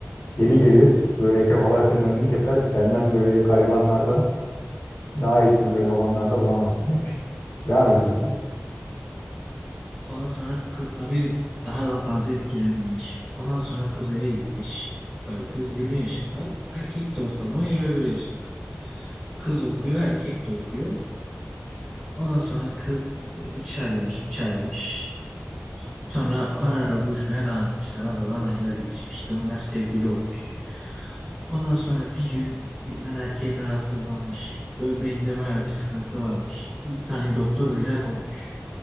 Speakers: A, on the left; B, in the centre.
A: geri gelir böyle kekolar senin önünü keser. Benden böyle garibanlardan daha iyisini böyle konularda bulamazsın demiş. Devam et Hulusi.
B: Ondan sonra kız tabii daha da fazla etkilenmiş. Ondan sonra kız eve gitmiş. Tabii kız 20 yaşında. Erkek de ortalama 21 yaşında. Kız okuyor, erkek de okuyor. Ondan sonra kız içerlemiş, içerlemiş. Sonra ara ara buluşmaya devam etmişler. Aradan aylar geçmiş. İşte bunlar sevgili olmuş. Ondan sonra bir gün birden erkek rahatsızlanmış. Böbreğinde baya bir sıkıntı varmış. İlk tane doktor öyle koymuş.